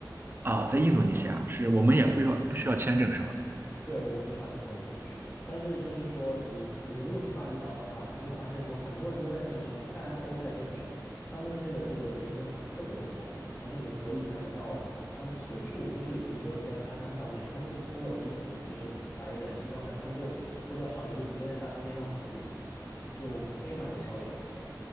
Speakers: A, on the right; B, in the centre.
A: 哪儿？啊、在印度尼西亚，是我们也不需要不需要签证是吧？
B: 对，我们不需要签证可以去，但是就是说你，你如果去巴厘岛的话，你会发现说很多人都在健身，大家都在健身，他们那边的那个健身房特别的多，而且你可以看得到他们随处就是，比如说你在沙滩上面，他们就脱了衣服，就是白人、西方人，他们就脱掉上衣，就直接在沙滩边上跑步，就非常的逍遥。